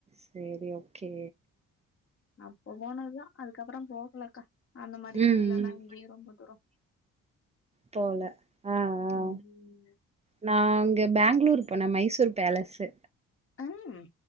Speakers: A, on the right (about 20°); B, on the left (about 45°).
A: சேரி ஓகே
B: அப்போ போனதுதா அதுக்கப்புறோ போகலக்கா அந்த மாரி
A: ம்
B: வெளியிலலா
A: ம்
B: எங்கேயு ரொம்ப தூரம்
A: போல ஆ ஆ
B: ம்
A: நா அங்க பெங்ளூர் போன மைசூர் பேலஸ்ஸு
B: உம்